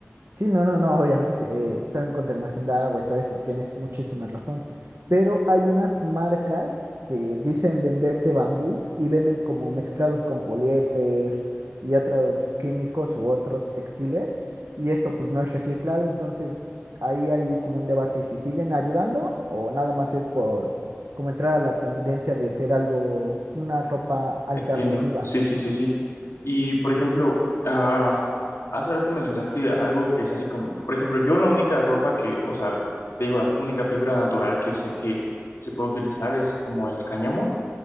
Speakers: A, on the right; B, on the left.
A: Sí, no, no, no, obviamente. eh, también contaminación de agua y todo eso, tienes muchísima razón. Pero hay unas marcas que dicen venderte bambú y venden como mezclados con poliéster y otros químicos u otros textiles. Y esto pues no es reciclado, entonces ahí hay como un debate si siguen ayudando o nada más es por como entrar a la tendencia de ser algo, una ropa alternativa.
B: Entiendo, sí, sí, sí, sí. Y por ejemplo, ah, hace rato mencionaste algo que se hace con, por ejemplo, yo la única ropa que, o sea, te digo, la única fibra natural que sé que se puede utilizar es como el cáñamo.